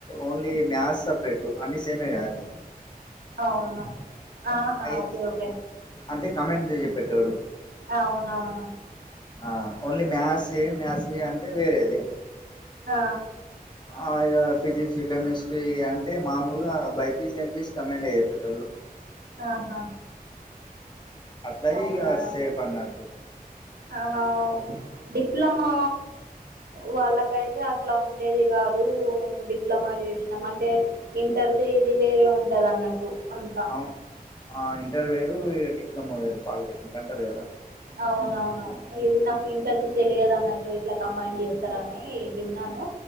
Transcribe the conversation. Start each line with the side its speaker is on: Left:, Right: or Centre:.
Left: ఓన్లీ మ్యాథ్స్ అ అన్ని సేమే కదాండి
Right: అవును ఆహా
Left: అయి
Right: ఓకే ఓకే
Left: అంటే కామెంట్ చె పెట్టాడు
Right: అవునవును
Left: ఆ only math A maths B అంటే వేరేది
Right: ఆ
Left: ఆ ఫిజక్స్ కెమిస్ట్రీ అంటే మామూలుగా బైపీస్ ఎంపీస్ కమాండ్ అయ్య పెట్టేళ్ళు
Right: ఆహా
Left: అట్లా
Right: అవునా
Left: ఇగ సేఫ్ అన్నట్టు
Right: ఆహ డిప్లొమా వాళ్ళకయితే అట్లా ఉండేది కాదు మేము డిప్ లమా చేసినాం అంటే ఇంటర్కి ఇది వేరే ఉంటది అన్నట్టు అంతా
Left: అవును ఇంటర్ ఇగ డిప్లొమా వేరు పాలిటెక్నిక్ అంటారు కదా
Right: అవునవును ఇది నా ఇంటర్వూ తెలియదు అన్నట్టు ఇట్లా కంబైన్ చేస్తారని తిన్నాను